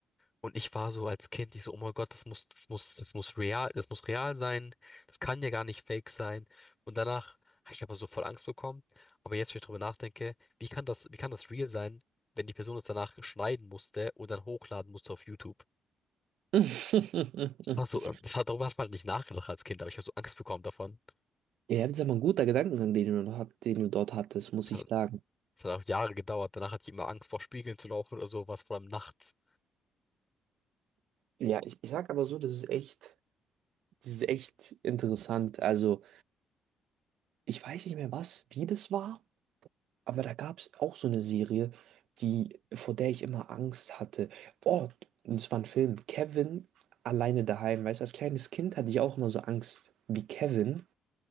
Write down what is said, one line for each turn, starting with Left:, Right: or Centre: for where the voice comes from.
Left: Und ich war so als Kind, ich so, oh mein Gott, das muss, das muss, das muss real, das muss real sein. Das kann ja gar nicht fake sein. Und danach habe ich aber so voll Angst bekommen. Aber jetzt, wenn ich drüber nachdenke, wie kann das, wie kann das real sein, wenn die Person es danach schneiden musste und dann hochladen musste auf YouTube?
Right: <laughs>
Left: Das war so, ähm, das hat, darüber hat man nicht nachgedacht als Kind, aber ich habe so Angst bekommen davon.
Right: Ja, das ist aber ein guter Gedankengang, den du noch hat, den du dort hattest, muss
Left: Das hat,
Right: ich sagen.
Left: das hat auch Jahre gedauert. Danach hatte ich immer Angst vor Spiegeln zu laufen oder sowas, vor allem nachts.
Right: Ja, ich, ich sag aber so, das ist echt, das ist echt interessant. Also, ich weiß nicht mehr was, wie das war, aber da gab es auch so eine Serie, die, vor der ich immer Angst hatte. Oh, das war ein Film. Kevin alleine daheim. Weißt du, als kleines Kind hatte ich auch immer so Angst wie Kevin.